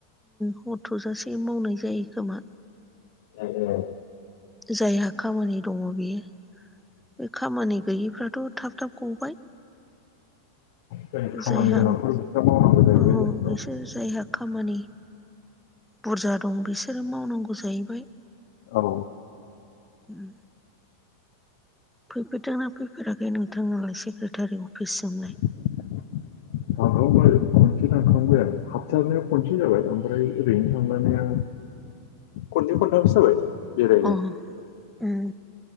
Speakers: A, in the centre; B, on the left.
A: हर थ'जासे मावनाय जायो खोमा
B: ए ए
A: जायहा खामानि दङ बियो बे खामानि गैयिफ्राथ' थाब थाब गबाय।
B: बेलेग खामानि
A: जायहा
B: गोनांफोरा थाब थाब मावनांगौ जाहैबाय।
A: औ बिसोर जायहा खामानि बुरजा दं बिसोरो मावनांगौ जाहैबाय।
B: औ।
A: उम। फैफेरदोंना फैफेराखै नोंथांङालाय सेक्रेटारि अफिस सिमलाय?
B: <unintelligible> थांखांबाय आरो खनसे थांखांबाय आरो हाबथारनाया खनसे जाबाय ओमफ्राय ओरैनो थांलानाया खननै खनथामसो जाबाय। बेरायनो
A: अ उम